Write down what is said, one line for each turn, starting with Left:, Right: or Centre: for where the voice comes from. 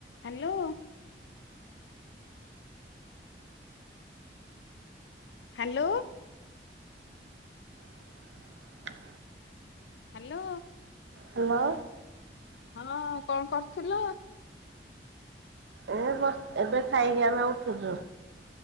Left: Hello hello
Right: <unintelligible>
Left: hello.
Right: Hello.
Left: ହଁ କଣ କରଥିଲ।
Right: ଏ ବସ ଏବେ ଖାଇକି ଆମେ ଉଠୁଛୁ।